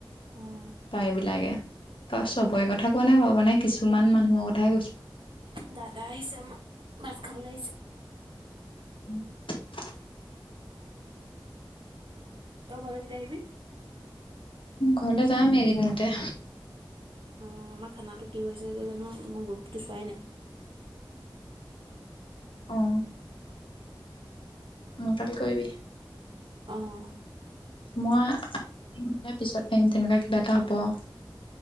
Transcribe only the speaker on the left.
প্ৰায়বিলাকে, ত চবৰে কথা কোৱা নাই বাৰু মানে কিছুমান মানুহৰ কথাহে কৈছো।
<unintelligible>
ঘৰলে যাম এইদিনতে
ওম। উম' কালি কৰিবি।
মই আ-নে পিছত পাইম তেনেকুৱা কিবা এটা হ'ব আও